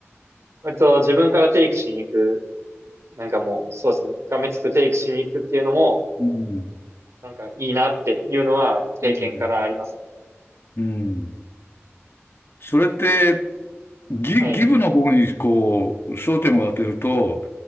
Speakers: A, on the right; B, on the left.
A: 割と自分からテイクしに行くなんかもう、そうですね。がめつくテイクしに行くっていうのも、
B: うん、
A: なんかいいなっていうのは経験からあります。
B: うん、うん。それって、ギ、
A: はい。
B: ギブの方に、こう、焦点を当てると、